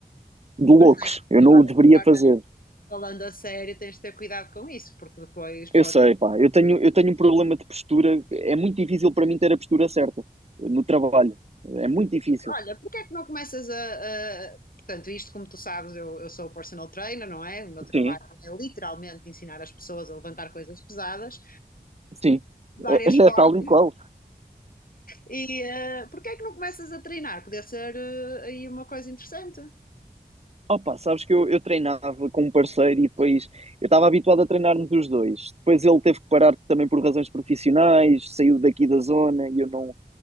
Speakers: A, on the right; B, on the left.
A: de loucos.
B: Mas tens de
A: Eu
B: usar-
A: não o deveria
B: agora,
A: fazer.
B: falando a sério, tens de ter cuidado com isso, porque depois pode.
A: Eu sei, pá, eu tenho, eu tenho um problema de postura, é muito difícil para mim ter a postura certa eh, no trabalho, é muito difícil.
B: Olha, porque é que não começas a. a- Portanto, isto, como tu sabes, eu, eu sou personal trainer, não é? O meu trabalho
A: Sim,
B: é literalmente ensinar as pessoas a levantar coisas pesadas
A: Sim,
B: de várias
A: é, é <laughs>
B: formas
A: tal e qual.
B: E uh, porquê é que não começas a treinar? Podia ser uh, aí uma coisa interessante.
A: Opa, sabes que eu, eu treinava com um parceiro e depois eu estava habituado a treinar-nos os dois. Depois ele teve que parar também por razões profissionais, saiu daqui da zona e eu não,